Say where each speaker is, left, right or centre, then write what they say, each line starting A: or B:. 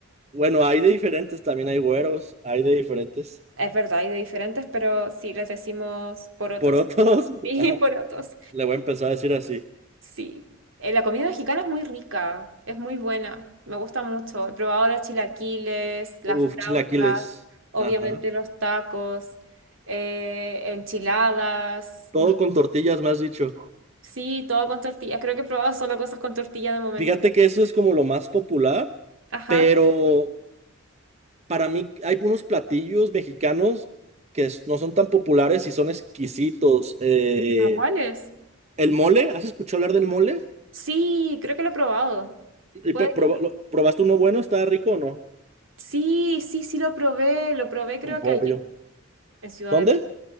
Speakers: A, on the right (about 30°); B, on the right (about 75°).
A: Bueno, hay de diferentes, también hay güeros, hay de diferentes.
B: Es verdad, hay de diferentes, pero sí, les decimos porotos.
A: Por otros,
B: Sí,
A: <laughs> ajá,
B: <laughs> porotos,
A: le voy a empezar a decir así.
B: sí. Eh, la comida mexicana es muy rica, es muy buena, me gusta mucho. He probado los chilaquiles, las
A: Uf,
B: flautas,
A: chilaquiles.
B: obviamente
A: Ajá.
B: los tacos, eh, enchiladas.
A: Todo
B: No.
A: con tortillas, me has dicho.
B: Sí, todo con tortillas. Creo que he probado solo cosas con tortilla de momento.
A: Fíjate que eso es como lo más popular,
B: Ajá.
A: pero para mí hay unos platillos mexicanos que s- no son tan populares y son exquisitos. Eh,
B: ¿Cómo cuáles?
A: el mole, ¿has escuchado hablar del mole?
B: Sí, creo que lo he probado.
A: Y
B: Puede
A: pe- proba-
B: que lo-
A: lo- ¿Probaste uno bueno? ¿Está rico o no?
B: Sí, sí, sí lo probé. Lo probé creo
A: Con
B: que
A: pollo.
B: allá, en Ciudad
A: ¿Dónde?
B: de México.